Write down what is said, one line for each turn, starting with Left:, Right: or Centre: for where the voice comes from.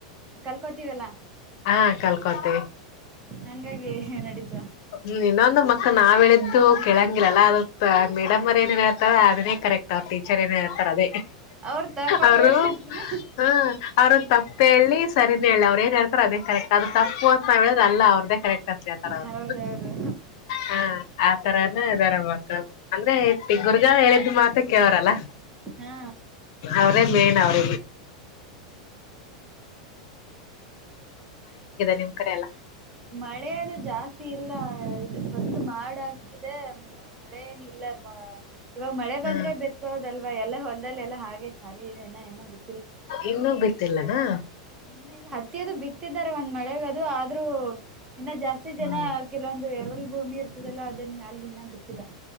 Right: ಕಲ್ಕೋತೀವಲ್ಲಾ.
Left: ಹಾ ಕಲ್ಕೊತ್ತ
Right: ಹಂಗಾಗಿ ನಡೀತ
Left: ಇನ್ನೊ ಒಂದು ಮಕ್ಕಳ ನಾವ ಹೇಳಿದ್ದು ಕೇಳಂಗಿರಲ್ಲ ಅದ ಮೇಡಮ್ರ್ ಏನ ಹೇಳ್ತಾರೆ ಅದನ್ನೇ ಕರೆಕ್ಟ್ ಅವ್ರ ಟೀಚರ್ ಏನ ಇರ್ತಾರ ಅದೇ
Right: ಅವ್ರ ತಪ್ಪಾಗಟ್ಟನ
Left: ಅವರು ಹ್ಮ ಅವ್ರ ತಪ್ಪೇ ಹೇಳಿ ಸರಿನೇ ಹೇಳಿ ಅವ್ರು ಏನ್ ಹೇಳ್ತಾರ ಅದೇ ಕರೆಕ್ಟ್ ಅದು ತಪ್ಪು ಅಂತ ನಾವ ಹೇಳ ಅಲ್ಲ ಅವ್ರ್ದೇ ಕರೆಕ್ಟ್ ಅತ್ರಿ ಆತರ ಅವರು
Right: ಹೌದೌದು
Left: ಹಾ ಆತರಾನ ಇದರಬೇಕು ಅಂದ್ರೆ ಇತ್ತ ಗುರ್ಗ ಹೇಳಿದ ಮಾತ ಕವಾರಲ್ಲ
Right: ಹಾ
Left: ಅವ್ರೇ ಮೇನ್ ಅವ್ರ ನಿಮ್ ಕಡೆ ಎಲ್ಲ
Right: ಮಳೆ ಜಾಸ್ತಿ ಇಲ್ಲ ಫಸ್ ಮಾಡಾಕ್ ತದೆ ಮಳೆ ಏನ ಇಲ್ಲ ಇವಾಗ ಮಳೆ ಬಂದ್ರೆ
Left: ಹ್ಮ್
Right: ಬಿತ್ಬಹದಲ್ವಾ ಎಲ್ಲ ಹೊಲ್ದಲ್ಲಿ ಎಲ್ಲಾ ಹಾಗೆ ಖಾಲಿ ಇದೆನ ಎನ ಬಿ
Left: ಇನ್ನೂ ಬಿತ್ತಿಲ್ಲ ನಾ
Right: ಇ ಇಲ್ಲ ಹತ್ತಿ ಅದು ಬಿತ್ತಿದ್ದಾರೆ ಒಂದ್ ಮಳೆಗದು ಆದ್ರೂ ಇನ್ನ ಜಾಸ್ತಿ ಜನ
Left: ಹ್ಮ್
Right: ಕೆಲವೊಂದು ಎ ಭೂಮಿ ಇರ್ತದಲ್ಲ ಅದ ಅಲ್ಲಿ ಇನ್ನ ಬಿತ್ತಿಲ್ಲಾ.